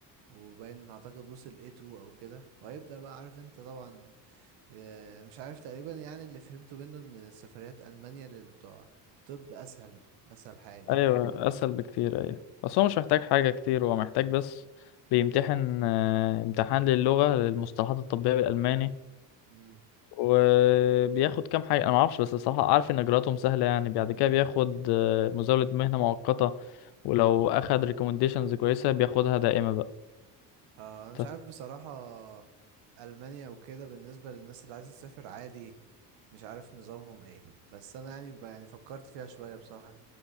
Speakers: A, on the right; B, on the left.
A: وباين اعتقد وصل A2 او كده وهيبدا بقى عارف انت طبعا آه، مش عارف تقريبا يعني اللي فهمته منه ان سفريات المانيا للي بتوع طب اسهل اسهل حاجه
B: ايوه اسهل بكتير ايوه بس هو مش محتاج حاجه كتير هو محتاج بس بيمتحن آه، امتحان للغه للمصطلحات الطبيه بالالماني
A: يعني
B: وبياخد كام حاجه انا ما اعرفش بس الصراحه اعرف ان اجراءاتهم سهله يعني بعد كده بياخد آه، مزاوله مهنه مؤقته ولو اخد ريكومنديشنز كويسه بياخدها دائمه بقى
A: اه انا مش
B: طب
A: عارف بصراحة ألمانيا وكده بالنسبة للناس اللي عايزة تسافر عادي مش عارف نظامهم ايه بس انا يعني ب... يعني فكرت فيها شوية بصراحة